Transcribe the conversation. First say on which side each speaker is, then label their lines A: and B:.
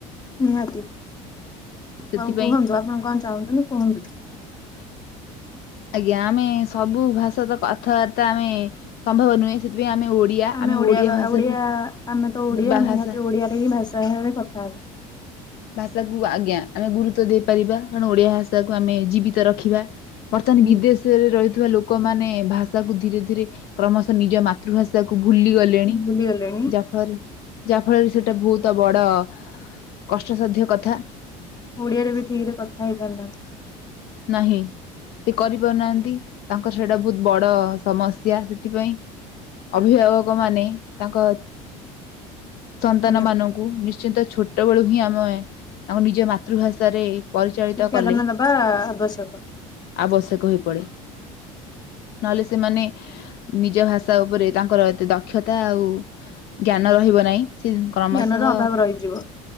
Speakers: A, on the left; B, on the left.
A: ନିହାତି କଣ
B: ସେଥିପାଇଁ
A: କୁହନ୍ତୁ ଆପଣ କଣ ଚାହୁଁଛନ୍ତି କୁହନ୍ତୁ?
B: ଆଜ୍ଞା ଆମେ ସବୁ ଭାଷା ତ କଥାବାର୍ତ୍ତା ଆମେ ସମ୍ଭବ ନୁହେଁ। ସେଥିପାଇଁ ଆମେ ଓଡ଼ିଆ
A: ଆମେ ଓଡିଆ
B: ଓଡ଼ିଆ
A: ବା
B: ଭାଷାକୁ
A: ଓଡିଆ ଆମେ ତ ଓଡିଆ
B: ବା
A: ନିହାତି
B: ଭାଷା
A: ଓଡିଆରେ ହିଁ ଭାଷା ରେ କ ହୁଁ।
B: ଭାଷାକୁୁ ଆଜ୍ଞା ଆମେ ଗୁରୁତ୍ବ ଦେଇପାରିବା କାରଣ ଓଡିଆ ଭାଷାକୁ ଆମେ ଜୀବିତ ରଖିବା। ବର୍ତ୍ତମାନ
A: ହୁଁ
B: ବିଦେଶ ର ରେ ରହିଥିବା ଲୋକମାନେ ଭାଷାକୁ ଧୀରେ ଧୀରେ କ୍ରମଶଃ ନିଜ ମାତୃଭାଷାକୁ ଭୁଲି ଗଲ ଲେଣି
A: ଭୁଲିଗଲେଣି
B: ଯାହା ଫଳରେ ଯାହା ଫଳରେ ସେଟା ବହୁତ ବଡ କଷ୍ଟସାଧ୍ୟ କଥା।
A: ଓଡ଼ିଆରେ ବି ଠିକ ରେ କଥା ହେଇପାରୁନାହାନ୍ତି।
B: ନାହିଁ ସେ କରିପାରୁନାହାନ୍ତି। ତାଙ୍କର ସେଇଟା ବହୁତ ବଡ ସମସ୍ୟା ସେଥିପାଇଁ। ଅଭିଭାବକ ମାନେ ତାଙ୍କ ସନ୍ତାନମାନଙ୍କୁ
A: ଆଜ୍ଞା।
B: ଖୁବ ନିଶ୍ଚିନ୍ତ ଛୋଟ ବେଳୁ ହିଁ ଆମେ ଆମ ନିଜ ମାତୃଭାଷାରେ ପରିଚାଳିତ
A: ଶିକ୍ଷାଦାନ
B: କଲେ
A: ଦବା ଆବଶ୍ୟକ।
B: ଆବଶ୍ୟକ ହୋଇ ପଡେ ନହେଲେ ସେମାନେ ନିଜ ଭାଷା ଉପରେ ତାଙ୍କର ଏତେ ଦକ୍ଷତା ଆଉ ଜ୍ଞାନ ରହିବ ନାହିଁ। ସେ କ୍ରମଶଃ
A: ଜ୍ଞାନର ଅଭାବ ରହିଯିବ।